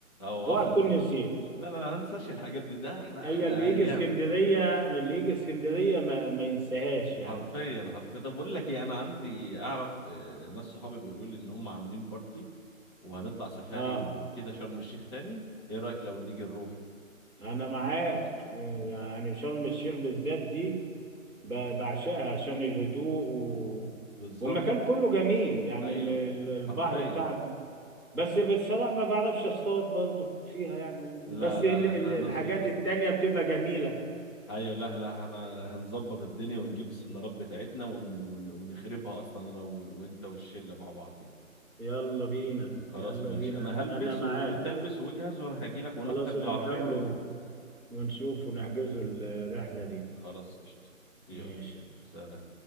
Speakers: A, on the left; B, in the centre.
A: اه وقفنا
B: اوعى تكون
A: د-
B: نسيت
A: لا لا لا ما انساش الحاجات دي ده احلى
B: هي
A: احلى
B: اللي يجي
A: ايام
B: اسكندرية اللي يجي اسكندرية ما, ما ينساهاش يعني
A: حرفيا حرفيا طب بقول لك ايه انا عندي اعرف آه، ناس صحابي بيقولوا لي ان هم عاملين بارتي وهنطلع سفاري
B: اه
A: وكده شرم الشيخ تاني ايه رايك لو نيجي نروح
B: انا معاك يعني شرم الشيخ بالذات دي ب- بعشقها عشان الهدوء و...
A: بالظبط
B: والمكان كله جميل يعني
A: ايوه
B: ال- ال- البحر
A: حرفيا
B: بتاعها بس بصراحة ما بعرفش اصطاد برضو فيها يعني
A: لا
B: بس
A: لا
B: ال- ال-
A: احنا
B: الحاجات
A: هنظبط ال...
B: التانية بتبقى جميلة
A: ايوه لا لا انا هنظبط الدنيا ونجيب السنارات بتاعتنا ون... ون... ونخربها اصلا انا وانت والشله مع بعضين
B: يلا بينا
A: خلاص
B: يلا
A: ماشي
B: بينا
A: انا هلبس
B: انا معاك
A: وانت البس واجهز وانا هجيلك وناخدك
B: خلاص
A: بالعربيه
B: نتقابل
A: ونروح
B: ونشوف ونحجزوا الرحلة دي
A: خلاص قشطه يلا
B: ماشي
A: سلام